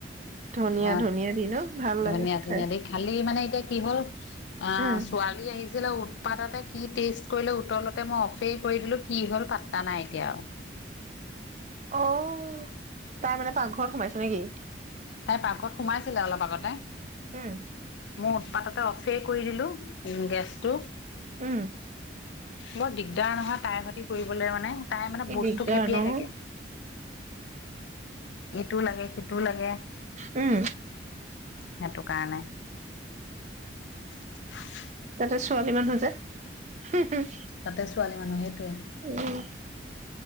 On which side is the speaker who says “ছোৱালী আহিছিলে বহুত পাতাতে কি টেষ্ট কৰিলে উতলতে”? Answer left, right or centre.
Left